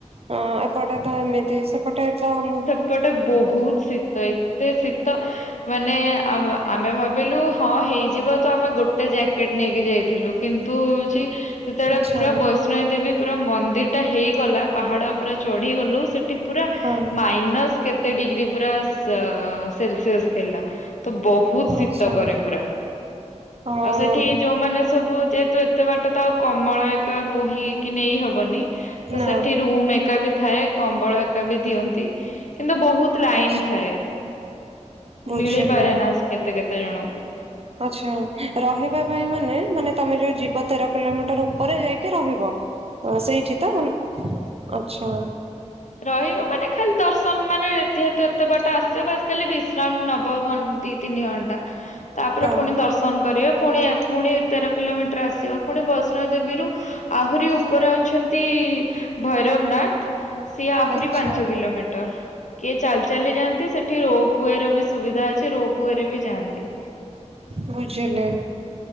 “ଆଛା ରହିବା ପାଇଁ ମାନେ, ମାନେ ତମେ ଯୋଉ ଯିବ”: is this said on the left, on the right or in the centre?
Right